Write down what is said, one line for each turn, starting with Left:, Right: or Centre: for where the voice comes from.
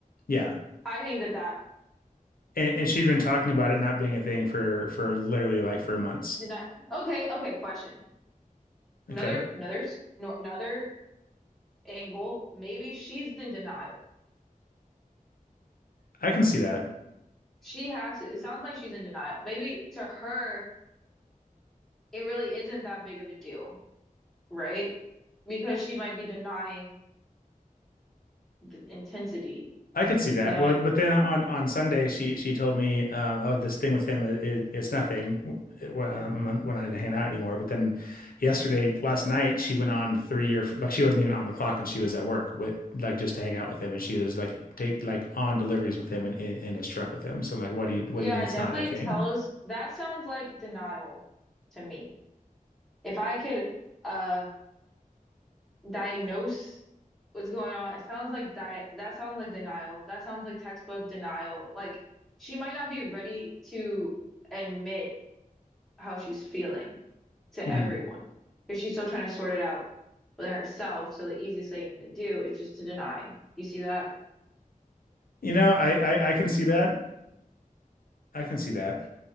Left: Yeah.
Centre: I think that that
Left: And, and she has been talking about
Centre: is,
Left: it not being a thing for for literally like for months.
Centre: did not. Okay, okay. Question. Another
Left: Okay.
Centre: another s- no, another angle. Maybe she's in denial.
Left: I can see that.
Centre: She has. It sounds like she's in denial. Maybe to her, it really isn't that big of a deal. right? Because she might be denying the intensity,
Left: I could see that.
Centre: you know?
Left: Well,
Centre: And
Left: but
Centre: I-
Left: then on on Sunday, she she told me, uh, "Oh, this thing with him, it, it, it's nothing. We're um, we're not even hanging out anymore." But then yesterday, last night, she went on three or like she wasn't even on the clock, and she was at work with like just to hang out with him, and she was like take like on deliveries with him and in, in his truck with him. So I'm like, "What do you what
Centre: yeah,
Left: do you mean it's
Centre: it definitely
Left: not a thing?"
Centre: tells that sounds like denial to me. If I could uh diagnose what's going on, it sounds like di that sounds like denial. That sounds like textbook denial. Like she might not be ready to admit how she's feeling to
Left: hmm
Centre: everyone because she's still trying to sort it out within herself. So the easiest thing to do is just to deny. You see that?
Left: You know, I, I I can see that. I can see that.